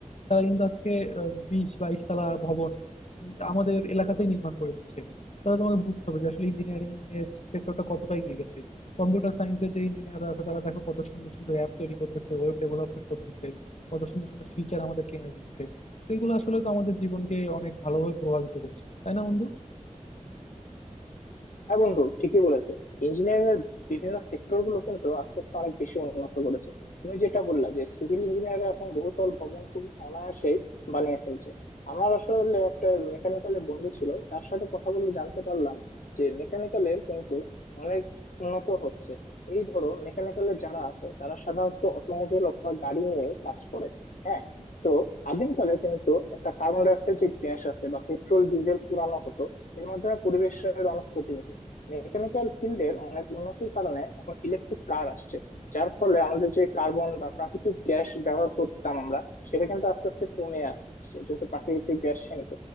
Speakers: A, on the left; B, on the left.
A: তারা কিন্তু আজকে আহ, বিশ বাইশ তলা ভবন উম, আমাদের এলাকাতেই নির্মাণ করে দিচ্ছে তাহলে তোমাকে বুঝতে হবে যে আসলে ইঞ্জিনিয়ারিং এর সেক্টরটা কতটা এগিয়ে গেছে কম্পিউটার সায়েন্সের যে ইঞ্জিনিয়াররা আছে তারা দেখো কত সুন্দর সুন্দর অ্যাপ তৈরি করতেছে ওয়েব ডেভেলপমেন্ট করতেছে কত সুন্দর সুন্দর ফিচার আমাদেরকে এনে দিচ্ছে তো এগুলো আসলে তো আমাদের জীবনকে অনেক ভালোভাবে প্রভাবিত করছে তাই না বন্ধু
B: হ্যাঁ বন্ধু ঠিকই বলেছো ইঞ্জিনিয়ারিং এর বিভিন্ন সেক্টর গুলো কিন্তু আস্তে আস্তে অনেক বেশি উন্নত করেছে তুমি যেটা বললা যে সিভিল ইঞ্জিনিয়াররা এখন বহুতল ভবন খুব অনায়াসেই বানিয়ে ফেলছে আমার আসলে একটা মেকানিক্যালের বন্ধু ছিল তার সাথে কথা বলে জানতে পারলাম যে মেকানিক্যালের কিন্তু অনেক উন্নত হচ্ছে এই ধরো মেকানিক্যালের যারা আছে তারা সাধারণত অটোমোবাইল অথবা গাড়ি নিয়ে কাজ করে হ্যাঁ তো আদিমকালে কিন্তু একটা কার্বন ডাইঅক্সাইড যে গ্যাস আছে বা পেট্রোল ডিজেল পুরানো হতো এর মাধ্যমে পরিবেশের অনেক ক্ষতি হতো মেকানিক্যাল ফিল্ডের অনেক উন্নতির কারণে এখন ইলেকট্রিক কার আসছে যার ফলে আমাদের যে কার্বন বা প্রাকৃতিক গ্যাস ব্যবহার করতাম আমরা সেটা কিন্তু আস্তে আস্তে কমে আসছে যেহেতু প্রাকৃতিক গ্যাস সীমিত